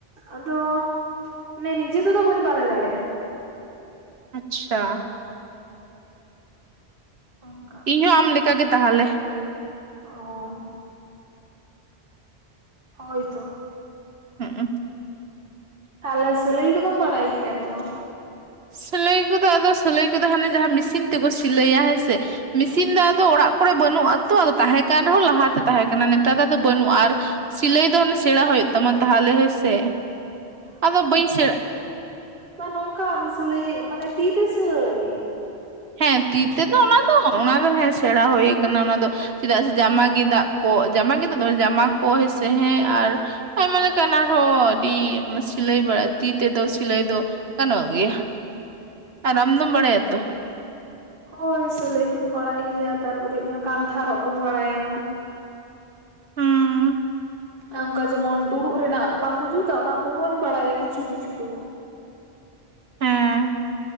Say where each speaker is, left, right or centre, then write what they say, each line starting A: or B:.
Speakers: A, on the right; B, on the right.
A: ᱟᱫᱚ ᱱᱮ ᱱᱤᱡᱮ ᱛᱮᱫᱚ ᱵᱟᱹᱧ ᱵᱟᱸᱫᱮᱹ ᱫᱟᱲᱮᱭᱟᱜᱼᱟ ᱾
B: ᱟᱪ-ᱪᱷᱟ ᱾
A: ᱚᱱᱠᱟ
B: ᱤᱧᱦᱚᱸ ᱟᱢ ᱞᱮᱠᱟ ᱜᱮ ᱛᱟᱦᱞᱮ ᱾
A: ᱚᱻ ᱾ ᱦᱳᱭ ᱛᱚ ᱾
B: ᱦᱩᱸᱜ ᱚ ᱾
A: ᱛᱟᱦᱟᱞᱮ ᱥᱟᱞᱟᱹᱭ ᱠᱚᱫᱚᱢ ᱵᱟᱲᱟᱭ ᱜᱮᱭᱟ ᱛᱚ?
B: ᱥᱞᱟᱹᱭ ᱠᱚᱫᱚ ᱟᱫᱚ ᱥᱟᱞᱟᱹᱭ ᱠᱚᱫᱚ ᱦᱟᱱᱮ ᱡᱟᱦᱟᱸ ᱢᱮᱥᱤᱱ ᱛᱮᱠᱚ ᱥᱤᱞᱟᱹᱭᱟ ᱦᱮᱸ ᱥᱮ। ᱢᱤᱥᱤᱱ ᱫᱟ ᱟᱫᱚ ᱚᱲᱟᱜ ᱠᱚᱨᱮ ᱵᱟᱹᱱᱩᱜᱼᱟ ᱛᱚ᱾ ᱟᱫᱚ ᱛᱟᱦᱮᱸ ᱠᱟᱱ ᱨᱮᱦᱚᱸ ᱞᱟᱦᱟᱛᱮ ᱛᱟᱦᱮᱸ ᱠᱟᱱᱟ ᱱᱮᱛᱟᱨᱟᱜ ᱫᱚ ᱵᱟᱹᱱᱩᱜᱼᱟ᱾ ᱟᱨ ᱼᱼ ᱥᱤᱞᱟᱹᱭ ᱫᱚ ᱚᱱᱮ ᱥᱮᱬᱟ ᱦᱳᱭᱳᱜ ᱛᱟᱢᱟ ᱛᱟᱦᱞᱮ ᱦᱮᱸᱥᱮ, ᱟᱫᱚ ᱵᱟᱹᱧ ᱥᱮᱬᱟᱜ
A: ᱢᱟ ᱱᱚᱝᱠᱟ ᱟᱢ ᱥᱞᱟᱹᱭ ᱢᱟᱱᱮ ᱛᱤ ᱛᱮ ᱥᱟᱞᱟᱹᱭ
B: ᱦᱮᱸ ᱛᱤ ᱛᱮᱫᱚ ᱚᱱᱟ ᱫᱚ ᱚᱱᱟ ᱫᱚ ᱦᱮ ᱥᱮᱬᱟ ᱦᱳᱭ ᱠᱟᱱᱟ ᱚᱱᱟ ᱫᱚ ᱥ-ᱩ-ᱡ ᱪᱮᱫᱟᱜ ᱥᱮ ᱡᱟᱢᱟ ᱜᱮᱸᱫᱟᱜ ᱠᱚ ᱡᱟᱢᱟ ᱜᱮᱫᱟᱜ ᱫᱚ ᱡᱟᱢᱟ ᱠᱚ ᱦᱮᱸᱥᱮ ᱦᱮᱸ ᱟᱨ ᱟᱭᱢᱟ ᱞᱮᱠᱟᱱ ᱟᱨᱦᱚᱸ ᱟᱹᱰᱤ ᱥᱤᱞᱟᱹᱭ ᱵᱟᱲᱟᱭ ᱛᱤ ᱛᱮᱫᱚ ᱥᱤᱞᱟᱹᱭ ᱫᱚ ᱜᱟᱱᱚᱜ ᱜᱮᱭᱟ᱾ ᱟᱨ ᱟᱢ ᱫᱚᱢ ᱵᱟᱲᱟᱭᱟ ᱛᱚ?
A: ᱦᱳᱭ ᱥᱤᱞᱟᱹᱭ ᱠᱩᱧ ᱵᱟᱲᱟᱭ ᱜᱮᱭᱟ᱾ ᱛᱟᱨᱯᱚᱨᱮ ᱦᱩᱭᱩᱜ ᱠᱟᱱᱟ ᱠᱟᱱᱛᱷᱟ ᱨᱚᱜ ᱠᱚᱧ ᱵᱟᱲᱟᱭᱟ᱾
B: ᱦᱩᱸ
A: ᱚᱝᱠᱟ ᱡᱮᱢᱚᱱ ᱫᱩᱲᱩᱵ ᱨᱮᱱᱟᱜ ᱵᱟᱝᱠᱚ ᱡᱩᱛᱟ, ᱚᱱᱟ ᱠᱚᱦᱚᱧ ᱵᱟᱲᱟᱭᱟ ᱠᱤᱪᱷᱩ ᱠᱤᱪᱷᱩ ᱫᱚ᱾
B: ᱦᱮᱸ